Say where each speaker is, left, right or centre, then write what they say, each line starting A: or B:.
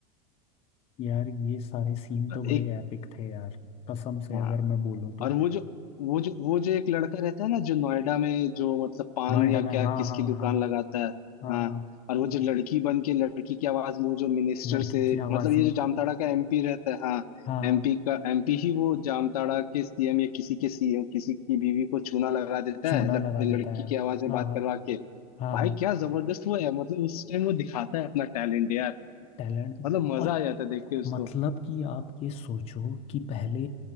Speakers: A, on the left; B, on the left.
A: यार ये सारे सीन तो
B: यार
A: बड़े एपिक थे यार कसम से
B: हाँ
A: अगर मैं बोलूँ तो
B: और वो जो वो जो वो जो एक लड़का रहता है ना जो नोएडा में जो मतलब पान
A: नोएडा
B: या
A: में
B: क्या
A: हाँ
B: किसकी
A: हाँ
B: दुकान
A: हाँ
B: लगाता है
A: हाँ
B: हाँ
A: हाँ
B: और वो
A: हाँ
B: जो लड़की बन के लड़की की आवाज में वो जो मिनिस्टर
A: लड़की
B: से
A: की आवाज़
B: मतलब ये
A: में
B: जो जामताड़ा का एमपी रहता है हाँ
A: हाँ हाँ
B: एमपी का एमपी ही वो जामताड़ा के सीएम या किसी के सीएम किसी की बीवी को चूना लगा देता
A: चूना
B: है लड़-
A: लगा देता
B: लड़की
A: है
B: की आवाज में
A: हाँ
B: बात
A: हाँ
B: करवा के
A: हाँ
B: भाई
A: हाँ
B: क्या जबरदस्त वो है मतलब उस टाइम वो दिखाता है अपना टैलेंट यार
A: टैलेंट
B: मतलब मजा
A: और
B: आ जाता है देख के उसको
A: मतलब कि आप ये सोचो कि पहले